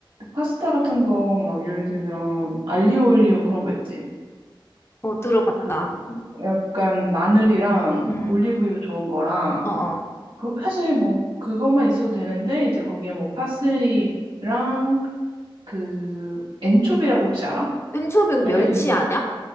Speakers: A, on the right; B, on the left.
A: 파스타 같은 거 막 예를 들면 알리오 올리오 그런 거 있지.
B: 어, 들어봤다.
A: 그 약간 마늘이랑
B: 응,
A: 올리브유 좋은 거랑
B: 어, 어.
A: 그 사실 뭐 그것만 있어도 되는데 이제 거기에 뭐 파슬리랑 그 엔초비라고 혹시 알아?
B: 엔초비 멸치
A: 약간 이
B: 아냐?